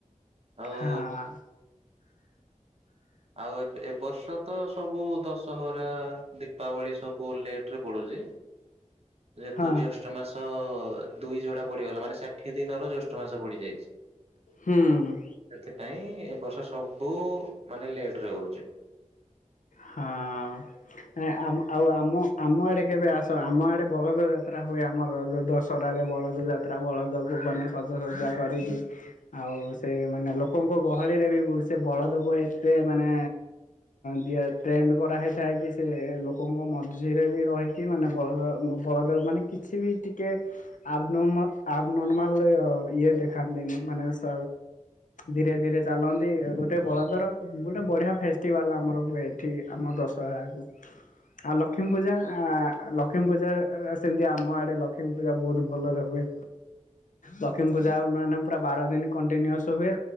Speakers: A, on the right; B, on the left.
A: ଆଉ
B: ହଁ
A: ଆଉ ଏବେ ଏ ଏ ବର୍ଷ ତ ସବୁ ଦଶହରା ଦୀପାବଳି ସବୁ। ପୁଅ ଲେଟ ରେ ପଡୁଛି ଯେହେତୁ
B: ହଁ
A: ଜେଷ୍ଠ ମାସ ଦୁଇ ଯୋଡା ପଡିଗଲା ମାନେ ଷାଠିଏ ଦିନର ଜେଷ୍ଠ ମାସ ପଡିଯାଇଛି
B: ହୁଁ।
A: ସେଥିପାଇଁ ଏ ବର୍ଷ ସବୁ ମାନେ ଲେଟରେ ହଉଛି।
B: ହଁ ଆ ଆମ ଆଉ ଆମ ଆମ ଆଡ଼େ କେବେ ଆସ ଆମ ଆଡ଼େ ବଳଦ ଯାତ୍ରା ହୁଏ ଆମର ଯଉ ଦଶହରାରେ ବଳଦ ଯାତ୍ରା ବଳଦକୁ ମାନେ ସଜାସଜା କରିକି ଆଉ ସେ ମାନେ ଲୋକଙ୍କ ଗହଳିରେ ବି ସେ ବଳଦକୁ ଏତେ ମାନେ ଦିଆ। ଟ୍ରେଣ୍ଡ କରାହୋଇଥାଏ କି ସେ ଲୋକଙ୍କ ମଝିରେ ବି ରହିକି ମାନେ ବଳଦ ବଳଦର ମାନେ କିଛି ବି ଟିକେ ଆବନ ଆବ୍ନର୍ମାଲ ଇଏ ଦେଖାନ୍ତିନି ମାନେ ସ ଧୀରେ ଧୀରେ ଚାଲନ୍ତି ଗୋଟେ ବଳଦର ଗୋଟେ ବଢ଼ିଆ ଫେଷ୍ଟିଭାଲ୍ ଆମର ହୁଏ। ଏଠି ଆମ ଦଶହରାକୁ ଆଉ ଲକ୍ଷ୍ମୀ ପୂଜା ଆ ଲକ୍ଷ୍ମୀ ପୂଜା ସେମିତି ଆମ ଆଡେ ଲକ୍ଷ୍ମୀ ପୂଜା ବହୁତ ଭଲରେ ହୁଏ ଲକ୍ଷ୍ମୀ ପୂଜା ମାନେ ପୁରା ବାର ଦିନ କଣ୍ଟିନ୍ୟୁଅସ୍ ହୁଏ